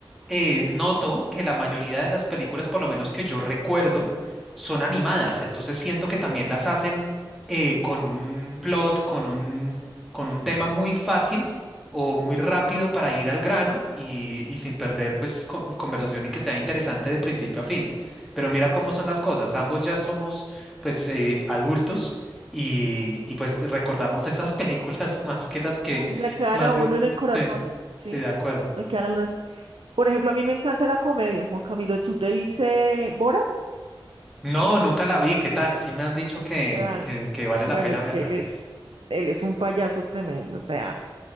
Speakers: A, in the centre; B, on the right.
A: eh, noto que la mayoría de las películas, por lo menos que yo recuerdo, son animadas. Entonces siento que también las hacen eh, con un plot, con un, con un tema muy fácil o muy rápido para ir al grano y, y sin perder pues con- conversación y que sea interesante de principio a fin. Pero mira cómo son las cosas. Ambos ya somos pues eh, adultos. Y, y pues recordamos esas películas <laughs> más que las que
B: Mm, Le quedan
A: más...
B: a uno
A: eh,
B: en el corazón,
A: sí,
B: ¿sí?
A: sí, de acuerdo.
B: Le quedan a uno. Por ejemplo, a mí me encanta la comedia, Juan Camilo. ¿Tú te viste Borat?
A: No, nunca la vi. ¿Qué tal? Sí me han dicho que,
B: Ah,
A: que, que vale
B: bueno,
A: la pena
B: es
A: verla.
B: que él es, él es un payaso tremendo, o sea,